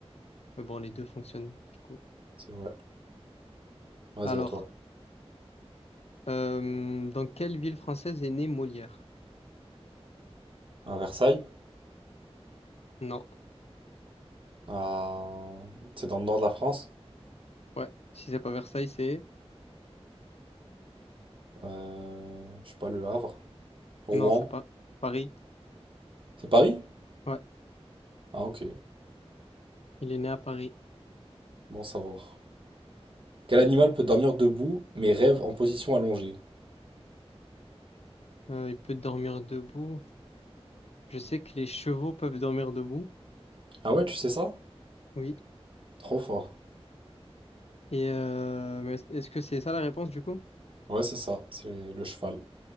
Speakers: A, on the left; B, on the right.
A: Mais bon, les deux fonctionnent, du coup.
B: c'est vrai. Vas-y,
A: Alors...
B: à toi.
A: Euh, dans quelle ville française est né Molière?
B: À Versailles,
A: Non.
B: à... c'est dans le nord de la France.
A: Ouais. Si c'est pas Versailles, c'est...
B: Euh, Je sais pas, Le Havre. Rouen.
A: Non, c'est pas Paris.
B: C'est Paris?
A: Ouais.
B: Ah ok,
A: Il est né à Paris.
B: bon savoir. Quel animal peut dormir debout mais rêve en position allongée?
A: Euh, il peut dormir debout. Je sais que les chevaux peuvent dormir debout.
B: Ah ouais, tu sais ça?
A: Oui.
B: Trop fort.
A: Et euh, mais est-ce que c'est ça la réponse du coup?
B: Ouais, c'est ça, c'est le cheval.